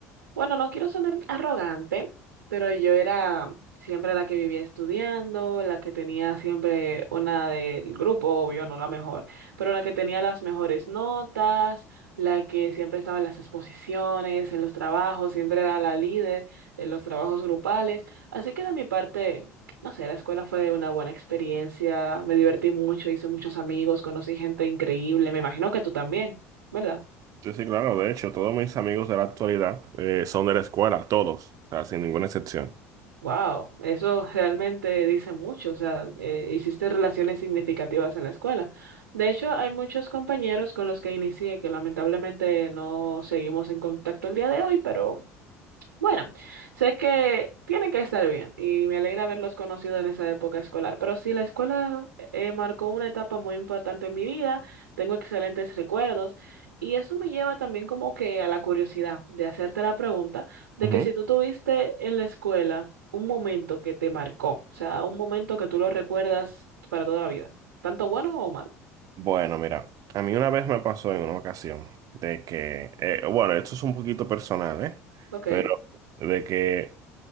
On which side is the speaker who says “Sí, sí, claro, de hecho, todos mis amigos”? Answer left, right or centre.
Right